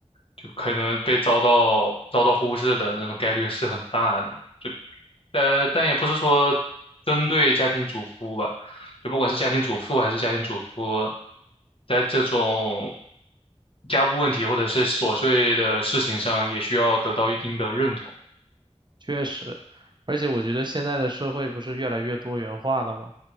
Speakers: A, on the left; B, on the right.
A: 就可能被遭到遭到忽视的那种概率是很大的。就。呃，但也不是说针对家庭主妇吧，就不管是家庭主妇还是家庭主妇，在这种家务问题或者是琐碎的事情上，也需要得到一定的认同。
B: 确实，而且我觉得现在的社会不是越来越多元化了嘛，